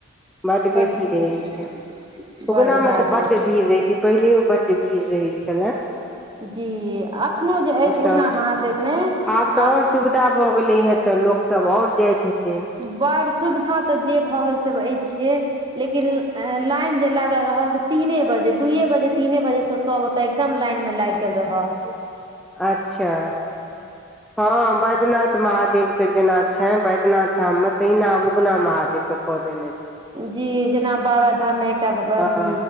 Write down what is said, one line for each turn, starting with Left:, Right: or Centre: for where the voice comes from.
Centre: बड
Right: बड्ड
Centre: बेसी
Right: भीड़
Centre: रहैत छै
Right: बड्ड
Centre: उगनामे
Right: जादे
Centre: तऽ बड्ड भीड़ रहैत छै पहिलैयो बड्ड भीड़ रहैत छलए
Right: जी एखनोहु जे अछि
Centre: तऽ
Right: उगना महादेवमे
Centre: आब तऽ
Right: अ
Centre: आओर सुविधा भऽ गेले हे तऽ लोक सब आओर जाइत हेते
Right: बड़ सुविधा तऽ जे भऽ गेल से अछिये लेकिन लाइन जे लागल रह से तीने बजे दूइए बजे तीने बजेसँ सभ तऽ एकदम लाइन मे लागि गेल रहत
Centre: अच्छा हँ बैद्यनाथ महादेव के जेना छैन बैद्यनाथ तऽ हम तहिना आब उगनि महादेव के कऽ देने छै
Right: जी जेना बाबा धाम मे एकटा अथी
Centre: हँ